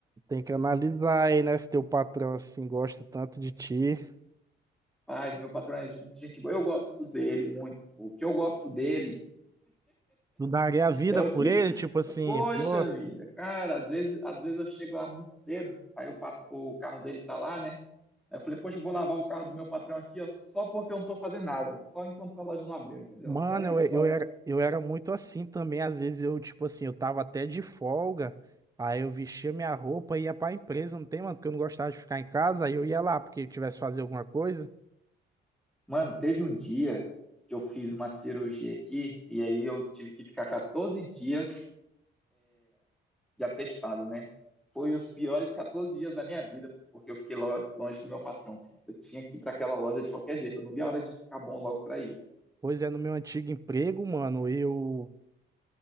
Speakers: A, on the right; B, in the centre.
A: Tem que analisar aí, né? Se teu patrão, assim, gosta tanto de ti.
B: Mas meu patrão é muita gente boa. Eu gosto dele muito, pô. O que eu gosto dele
A: Tu daria a vida
B: é o
A: por
B: que.
A: ele, tipo assim,
B: Eu, poxa
A: pô.
B: vida, cara, às vezes, às vezes eu chego lá muito cedo, aí o, pat- o carro dele tá lá, né? Aí eu falei, poxa, eu vou lavar o carro do meu patrão aqui, ó, só porque eu não tô fazendo nada, só enquanto a loja não abriu, entendeu?
A: Mano,
B: É,
A: eu,
B: eu sou
A: eu era, eu era muito assim também. Às vezes eu, tipo assim, eu tava até de folga. Aí eu vestia minha roupa e ia pra empresa, não tem, mano? Porque eu não gostava de ficar em casa. Aí eu ia lá, porque eu tivesse que fazer alguma coisa.
B: Mano, teve um dia que eu fiz uma cirurgia aqui e aí eu tive que ficar 14 dias de atestado, né? Foi os piores 14 dias da minha vida, porque eu fiquei lo- longe do meu patrão. Eu tinha que ir para aquela loja de qualquer jeito, eu não vi a hora de ficar bom logo para isso.
A: Pois é, no meu antigo emprego, mano, eu.